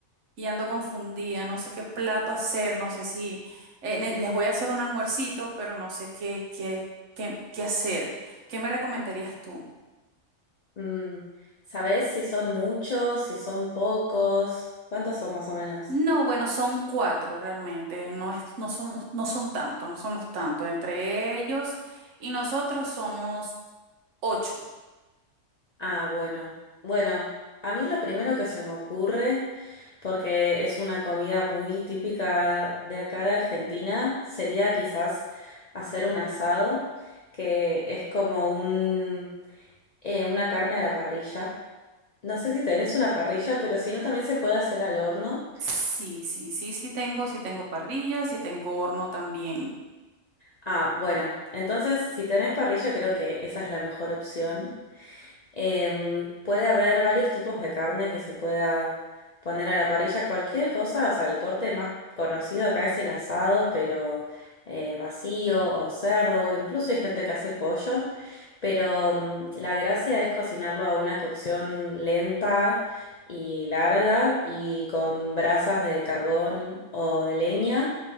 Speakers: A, on the right (about 65°); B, on the left (about 60°).
A: y ando confundida, no sé qué plato hacer, no sé si eh, ne- les voy a hacer un almuercito, pero no sé qué, qué, qué, qué hacer. ¿Qué me recomendarías tú?
B: Mm, ¿sabés si son muchos, si son pocos? ¿Cuántos son más o menos?
A: No, bueno, son cuatro realmente, no es, no somos, no son tantos, no somos tantos. Entre ellos y nosotros somos ocho.
B: Ah, bueno. Bueno, a mí lo primero que se me ocurre, porque es una comida muy típica de acá de Argentina, sería quizás hacer un asado, que es como un, eh, una carne a la parrilla. No sé si tenés una parrilla, pero si no, también se puede hacer al horno.
A: Sí, sí, sí, sí tengo, sí tengo parrilla, sí tengo horno también.
B: Ah, bueno, entonces si tenés parrilla creo que esa es la mejor opción. Em, puede haber varios tipos de carne que se pueda poner a la parrilla, cualquier cosa, o sea, el corte más conocido acá es el asado, pero eh, vacío o cerdo, o incluso hay gente que hace pollo, pero mm, la gracia es cocinarlo a una cocción lenta y larga y con brasas de carbón o de leña